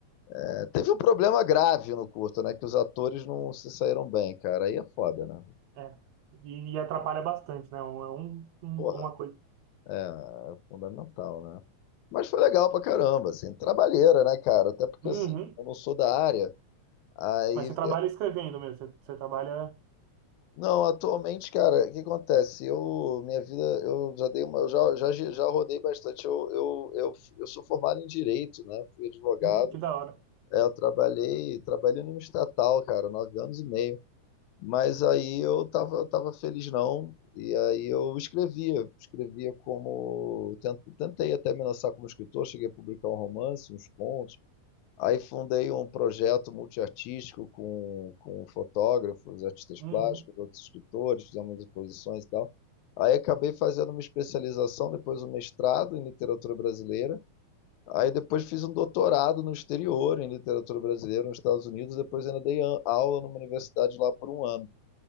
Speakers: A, on the left; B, on the right.
A: É, teve um problema grave no curto, né? Que os atores não se saíram bem, cara. Aí é foda, né?
B: É. E, e atrapalha bastante, né? É um, um-
A: Porra,
B: uma coisa.
A: é, é fundamental, né? Mas foi legal pra caramba, assim, trabalheira, né, cara? Até porque
B: Uhum.
A: assim, eu não sou da área. Aí
B: Mas você trabalha escrevendo mesmo. Você, você trabalha.
A: Não, atualmente, cara, o que acontece? Eu, minha vida, eu já dei uma, eu já, já, já rodei bastante. Eu, eu, eu, eu sou formado em direito, né? Fui advogado.
B: Hum, que da hora.
A: É, eu trabalhei, trabalhei numa estatal, cara, nove anos e meio. Mas aí eu tava, eu tava feliz não. E aí eu escrevia, escrevia como tent- tentei até me lançar como escritor, cheguei a publicar um romance, uns contos, Aí fundei um projeto multiartístico com, com fotógrafos, artistas
B: Uhum.
A: plásticos, outros escritores, fizemos exposições e tal. Aí acabei fazendo uma especialização, depois um mestrado em literatura brasileira. Aí depois fiz um doutorado no exterior em literatura brasileira nos Estados Unidos. Depois ainda dei a- aula numa universidade lá por um ano.